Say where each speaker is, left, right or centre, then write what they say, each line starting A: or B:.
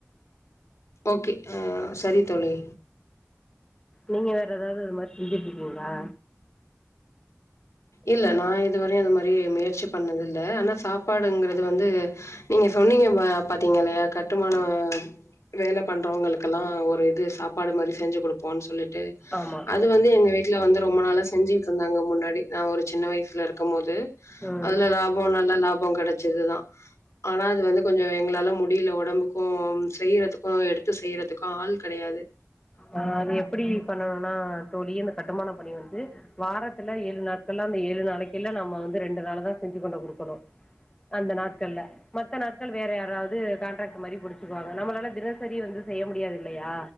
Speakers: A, on the left; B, on the left.
A: ஓகே ஆ சரி தோழி
B: நீங்க வேற எதாது இது மாரி செஞ்சிட்டுருக்கீங்களா
A: இல்ல நா இதுவரயு அது மாரி முயற்சி பண்ணது இல்ல ஆனா சாப்பாடுங்கறது வந்து நீங்க சொன்னீங்க பா பாத்தீங்கலியா கட்டுமான வே வேல பாக்குறவுங்கலா ஒரு இது சாப்பாடு மாரி செஞ்சி குடுப்போன்னு சொல்லி ட்டு
B: ஆமாம்
A: அது வந்து எங்க வீட்ல வந்து ரொம்ப நாளா செஞ்சி த்ந்தாங்க முன்னடி நா ஒரு சின்ன வயசுல இருக்குமோது
B: ம்
A: அதுல லாபோ நல்ல லாப் போ கெடைச்சதுதா ஆனா அது வந்து கொஞ்சோ எங்களால முடியல ஒடம்புக்கு செய்யறதுக்கு எடுத்து செய்யறதுக்கு ஆள் கிடையாது
B: ஆ அது எப்பிடி பண்ணணுன்னா தோழி அந்த கட்டுமான பணி வந்து வார த்துல ஏழு நாட்கள்ல்லா அந்த ஏழு நாளைக்குல்ல நம்ம வந்து ரெண்டு நாள்தா செஞ்சி கொண்டு குடுக்கணு அந்த நாட்கள்ல மத்த நாட்கள் வேற யாராவது கான்ட்ராக்ட் மாரி புச்சுகுவாங்க நம்மளால தினசரி வந்து செய்ய முடியாது இல்லையா